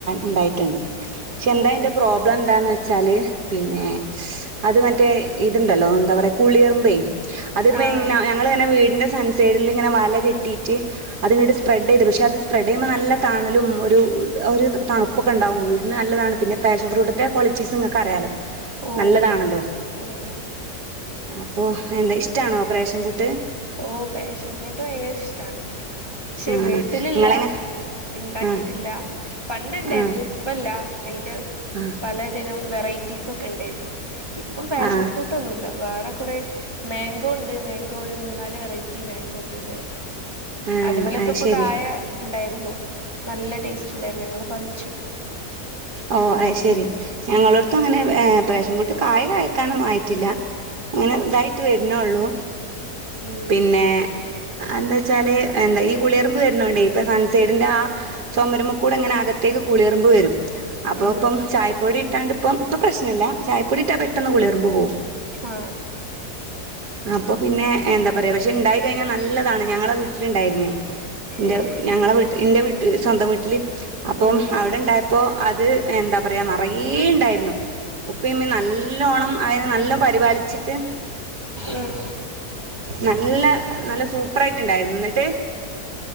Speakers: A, on the right; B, on the right.
A: ഉണ്ടായിട്ടുണ്ട് പക്ഷെ എന്താ
B: ഓഹ്
A: അന്റെ പ്രോബ്ലം എന്താന്ന് വെച്ചാല് പിന്നെ അത് മറ്റേ ഇതുണ്ടല്ലോ എന്താ പറയാ പുള്ളിറുബീയ അത് പിന്നെ
B: ആഹ്
A: നങ്ങൾ ഇങ്ങനെ സൺസൈഡിൽ ഇങ്ങനെ വല കെട്ടിയിട്ട് അത്ങ്ങട്ട് സ്പ്രെഡ് ചെയ്തു പക്ഷെ അത് സ്പ്രെഡ് ചെയ്യുമ്പോ നല്ല തണലും ഒരു ഒരു തണുപ്പൊക്കെ ഉണ്ടാവും വീടിന് നല്ലതാണ് പിന്നെ പാഷൻ ഫ്രൂട്ടിന്റെ ക്വാളിറ്റീസ് നിങ്ങക്ക് അറിയാലോ
B: ഓഹ്
A: നല്ലതാണല്ലോ
B: ഉം ഉം
A: അപ്പൊ എന്താ ഇഷ്ടാണോ പാഷൻ ഫ്രൂട്ട്
B: ഓ പായശ ഫറോട്ടോ ഇ ഷ്ടാണ് പക്ഷെ
A: ആ
B: വീട്ടിലില്ല
A: നിങ്ങളെങ്ങനെ
B: ഉണ്ടാക്കിട്ടില്ല
A: ആ
B: പണ്ട് ഉണ്ടായിരുന്നു
A: ആ
B: ഇപ്പല്ല അതിന്റെ
A: ആ
B: പലതിനും വെറയിറ്റീസ്സ് ഒക്കെ ഉണ്ടായിരുന്നു ഇപ്പം പാഷൻ
A: ആ
B: ഫ്രൂട്ട് ഒന്നും ഇല്ല വേറെ കുറെ മാങ്കോ ഉണ്ട് മാങ്കോ ഒരു മൂന്ന നാല് വെറയിറ്റി മാങ്കോസ് ഉണ്ട്
A: ആ
B: അതുമ്മേലൊക്കെപ്പൊ
A: അത് ശരി
B: കായ ഉണ്ടായിരുന്നു നല്ല ടേസ്റ്റ് ണ്ടായിരുന്നു ഞങ്ങള് പറിച്ചു
A: ഓ അയ് ശെരി ഞങ്ങളടടുത്തും അങ്ങനെയാണ് ഏ പാഷൻപ്രുട് കായ കായക്കാനൊന്നും ആയിട്ടില്ല. ങ്ങനെ
B: ഓ
A: ഇതായിട്ട് വരുന്നേള്ളൂ.
B: ഉം
A: പിന്നേ അതന്താച്ചാല് എന്താ ഈ പുളിയറമ്പ് വരുന്നോണ്ടേ <unintelligible> സേതിന്റാ ചൊമരുമ്മേക്കൂടങ്ങനെ ആകെ ത്തേക്ക് പുളിയെറുമ്പ് വരും. അപ്പൊ
B: ഉം
A: ഇപ്പം ചായപ്പൊടി ഇട്ടാണ്ട് പ്പം ഇപ്പ പ്രശ്നില്ല ചായപ്പൊടിയിട്ടാ പെട്ടന്ന് പുളിയെർമ്പ് പോകും.
B: ആ
A: അപ്പൊ പിന്നേ എന്താ പറയാം പക്ഷെ ഇണ്ടായി കഴിഞ്ഞാ നല്ലതാണ് ഞങ്ങളെ വീട്ടിലുണ്ടായിരുന്നേ. ന്റെ
B: ഉം
A: ഞങ്ങള വിട് ന്റെ വീട്ടിൽ സ്വന്തം വിട് ല് അപ്പം
B: ഉം
A: അവിടെണ്ടായപ്പോ അത് എന്താ പറയാ നറയ്യെ ഉണ്ടായിരുന്നു. ഉപ്പെയുമ്മീം നല്ലോണ്ണം അയിനെ നല്ല പരിപാലിച്ചിട്ട്
B: ഉം
A: നല്ല നല്ല സൂപ്പർ ആയിട്ടുണ്ടായിരുന്നു. എന്നിട്ട്